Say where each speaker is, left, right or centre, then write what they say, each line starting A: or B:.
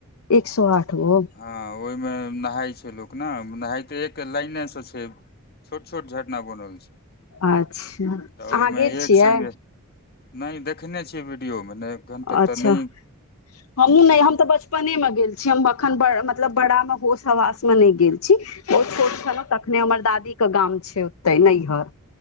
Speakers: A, on the left; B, on the left.
A: एक सय आठ हो
B: हँ, ओहिमे नहाइ छै लोक ने, नहाइ तऽ एक लाइनेसँ छै। छोट छोट झटना बनल छै।
A: अच्छा
B: तऽ ओहिमे
A: अहाँ गेल
B: एक
A: छियै?
B: संगे नहि देखने छियै वीडियोमे नहि। एखन तक
A: अच्छा
B: तऽ नहि
A: हमहुँ नहि हम तऽ बच नेमे गेल छी हम, एखन मतलब बड़ा होश हवासमे नहि गेल छी, ओ छोट छल। तखने हमर दादीक गाम छै, ओतऽ नैहर।